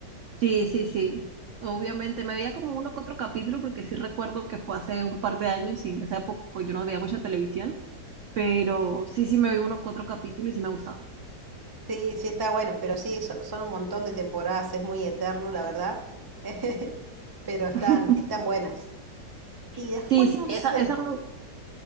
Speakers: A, on the right (about 75°); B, on the right (about 20°).
A: Sí, sí, sí. Obviamente me veía como uno que otro capítulo porque sí recuerdo que fue hace un par de años y en esa época pues yo no veía mucha televisión, pero sí, sí me vi uno que otro capítulo y sí me gustaba.
B: Sí, sí está bueno, pero sí, so- son un montón de temporadas, es muy eterno, la verdad. <laughs> Pero están,
A: <laughs>
B: están buenas. Y después
A: Sí, sí,
B: no sé.
A: esa, esa, me-